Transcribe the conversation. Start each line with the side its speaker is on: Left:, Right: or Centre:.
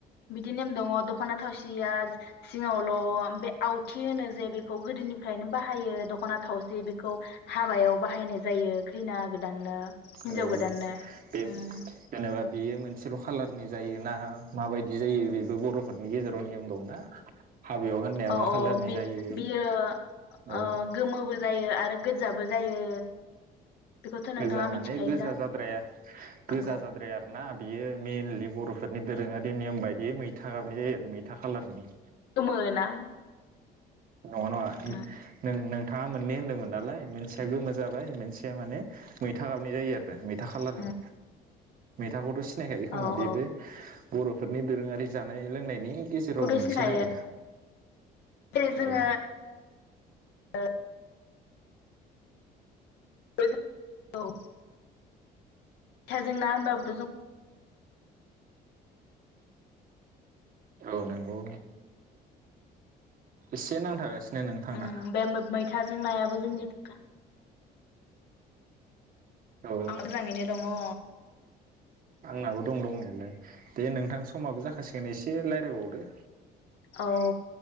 Left: बिदि नेम दङ दख'ना थावसिया सिङावल' बे आवथि होनो जे बेखौ गोदोनिफ्रायनो बाहायो दख'ना थावसि बेखौ हाबायाव बाहायनाय जायो खैना <unintelligible>
Right: औ जेनेबा
Left: उम
Right: बेयो मोन एसेल' खाालारनि जायो ना माबायदि जायो बेबो बर'फोरनि गेजेराव नियम दंना। हाबायाव गाननाया
Left: अ
Right: मा
Left: अ
Right: खालारनि
Left: बि-बियो
Right: जायो औ
Left: ओ गोमोबो जायो आरो गोजाबो जायो। बेखौथ'
Right: गोजा
Left: नोंथाङा
Right: माने
Left: मिथिखायो
Right: गोजा जाद्राया
Left: जानांगौ
Right: गोजा जाद्राया आरो ना। बियो मइेनलि बर'फोरनि दोरोङारि नेम बायदिय मैथा गाबनाय जायो आरो मैथा खालारनि।
Left: गोमो ना
Right: नङा नङा
Left: उम
Right: नोंथाङा मोननै दोंमोन नालाय मोनसेया गोमा जाबाय मोनसेया माने मैथा गाबनाय जायो आरो। मैथा खालारनि।
Left: उम
Right: मिथाखौथ' सिनायखायो खोमा
Left: औ
Right: बेबो
Left: औ
Right: बर'फोरनि दोरोङारि जानाय लोंनायनि गेजेराव
Left: बेखौथ'
Right: मोनसे
Left: सिनायो
Right: आरो
Left: जेरै
Right: औ
Left: जोङो <unintelligible> <unintelligible> औ थाजों ना होनबाबोथ' जों
Right: औ नंगौ एसे नांथागासिनो नोंथांना
Left: उम बे मैथाजों नायाबो <unintelligible>
Right: औ
Left: आं मोजाङैनो दङ <inaudible>
Right: आंनाबो दं दंनायालाय दे नोंथां समाबो जाखासिगोन एसे रायज्लायबावद <inaudible>
Left: औ